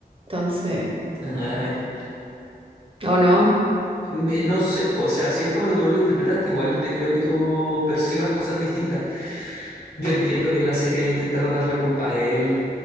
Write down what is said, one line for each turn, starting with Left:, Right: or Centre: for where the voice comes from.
Right: Entonces,
Left: Ajá, mira.
Right: o no.
Left: Me- No sé, po, o sea, si es como lo tú lo interpretaste, igual te creo que tú percibas cosas distintas. Yo entiendo que en la serie le intentaron dar la culpa a él,